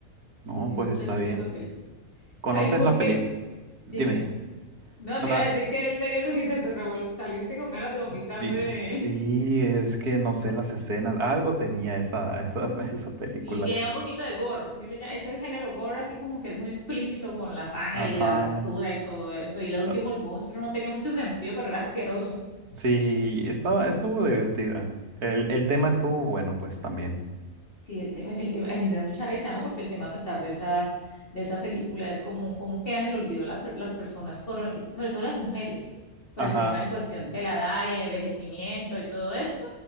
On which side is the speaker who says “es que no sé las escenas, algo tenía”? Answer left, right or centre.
Right